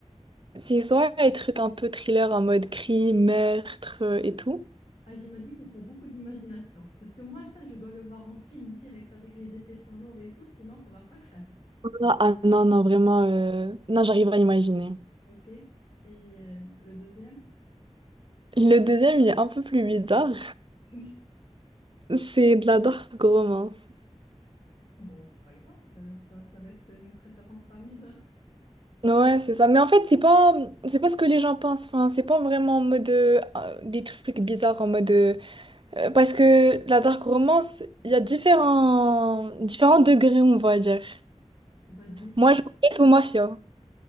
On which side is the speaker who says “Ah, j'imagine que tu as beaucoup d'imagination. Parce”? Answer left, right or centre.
Left